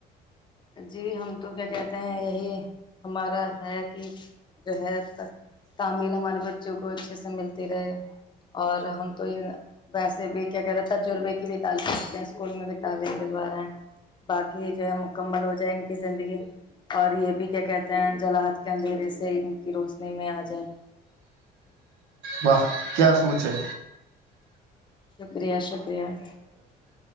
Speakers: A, on the left; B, on the right.
A: جی ہم تو کیا کہتے ہیں یہی ہمارا ہے کہ جو ہے تمل ہمارے بچوں کو اچھے سے ملتی رہے اور ہم تو ویسے بھی کیا کہہ رہ ہیں تجربے کی بھی تعلیم دیتے ہیں اسکول میں بھی تعلیم دلوا رہے ہیں باقی جو ہے مکمل ہو ج ان کی زندگی اور یہ بھی کیا کہتے ہیں جلحت کے اندھیرے سے ان کی روشنی میں آ جائیں
B: واہ کیا سوچے
A: شکریہ شکریہ